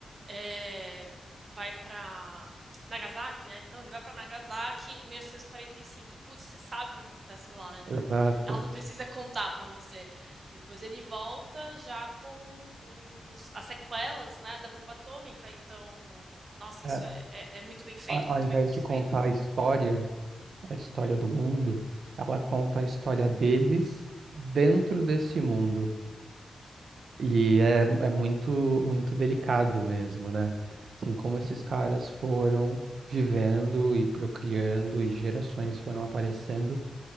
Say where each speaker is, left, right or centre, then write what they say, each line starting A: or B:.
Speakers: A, on the right; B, on the right.
A: é, vai para Nagasaki, né? Então ele vai para Nagasaki em 1945. Putz, você sabe o que acontece lá, né?
B: Exato.
A: Ela não precisa contar para você. Depois ele volta já com os, as sequelas, né, da bomba atômica. Então, nossa,
B: É,
A: isso é, é, é muito bem feito,
B: a-
A: muito
B: ao invés
A: bem construído.
B: de contar a história, a história do mundo, ela conta a história deles dentro desse mundo. E é, é muito, muito delicado mesmo, né? Assim, como esses caras foram vivendo e procriando e gerações foram aparecendo